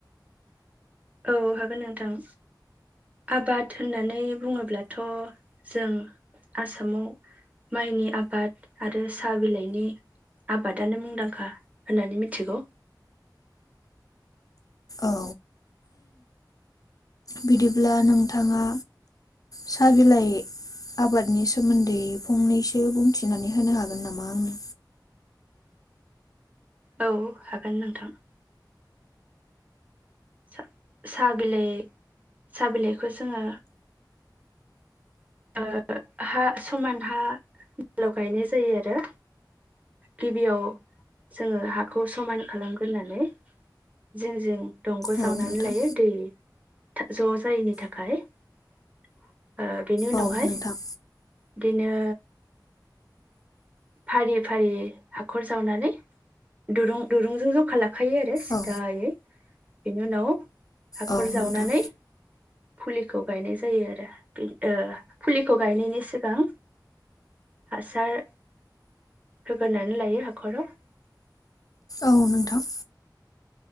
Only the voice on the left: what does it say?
औ बिदिब्ला नोंथाङा साह बिलाइ आबादनि सोमोन्दै फंनैसो बुंथिनानै होनो हागोन नामा आंनो?
औ नोंथां
औ नोंथां
औ
औ
नोंथां
औ नोंथां।